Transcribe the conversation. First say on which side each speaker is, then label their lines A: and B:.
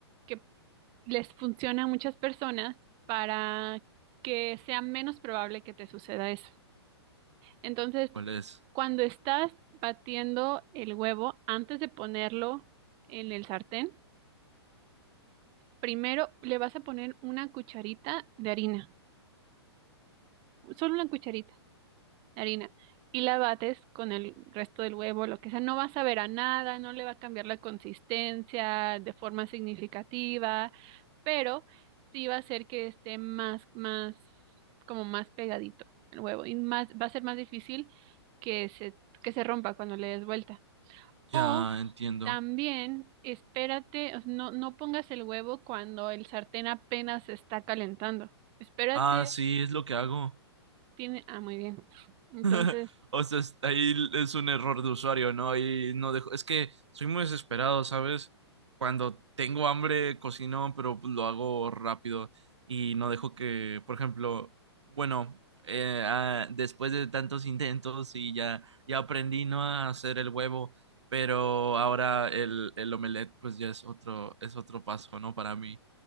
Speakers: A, on the right; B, on the right.
A: que les funciona a muchas personas para que sea menos probable que te suceda eso. Entonces,
B: ¿Cuál es?
A: cuando estás batiendo el huevo antes de ponerlo en el sartén, Primero le vas a poner una cucharita de harina, solo una cucharita de harina, y la bates con el resto del huevo, lo que sea. No va a saber a nada, no le va a cambiar la consistencia de forma significativa, pero sí va a hacer que esté más, más, como más pegadito el huevo y más, va a ser más difícil que se, que se rompa cuando le des vuelta.
B: Ya
A: O
B: entiendo.
A: también espérate, o sea, no, no pongas el huevo cuando el sartén apenas se está calentando. Espérate,
B: Ah, sí, es lo que hago.
A: tiene... Ah, muy bien. Entonces,
B: <laughs> O sea, es- ahí es un error de usuario, ¿no? y no dejo. Es que soy muy desesperado, ¿sabes? Cuando tengo hambre, cocino, pero pues, lo hago rápido y no dejo que, por ejemplo, bueno, eh, ah, después de tantos intentos y ya, ya aprendí, ¿no? A hacer el huevo, pero ahora el, el omelette, pues ya es otro, es otro paso, ¿no? Para mí.